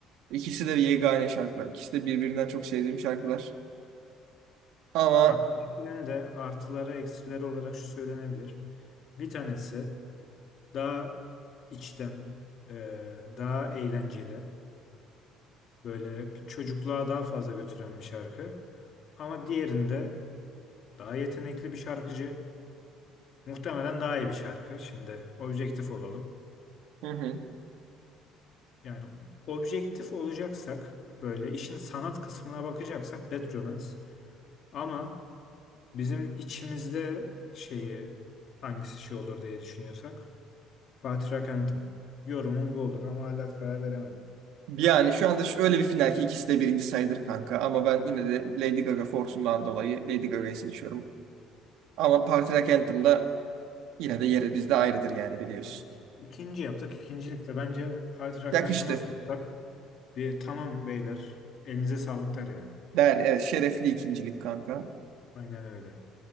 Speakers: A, on the right (about 70°); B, on the left (about 40°).
A: ikisi de yegane şarkılar. İkisi de birbirinden çok sevdiğim şarkılar. Ama
B: Bak ikisinin de artıları eksileri olarak şu söylenebilir. Bir tanesi daha içten, e, daha eğlenceli, böyle bir çocukluğa daha fazla götüren bir şarkı. Ama diğerinde daha yetenekli bir şarkıcı, muhtemelen daha iyi bir şarkı. Şimdi objektif olalım.
A: hı hı.
B: Yani objektif olacaksak, böyle işin sanat kısmına bakacaksak Bad Romance. Ama Bizim içimizde şeyi hangisi şey olur diye düşünüyorsak Fatih Rakent'im. Yorumum bu olur ama hala karar veremedim.
A: Yani şu anda öyle bir final ki ikisi de birinci sayılır kanka. Ama ben yine de Lady Gaga fortundan dolayı Lady Gaga'yı seçiyorum. Ama Party Rock Anthem da yine de yeri bizde ayrıdır yani biliyorsun.
B: Tabii ki. İkinci yaptık. İkincilikte bence Fatih Rakent'ıma
A: Yakıştı.
B: sorsak bir tamam beyler elinize sağlık der yani.
A: Der evet şerefli ikincilik kanka.
B: Aynen öyle.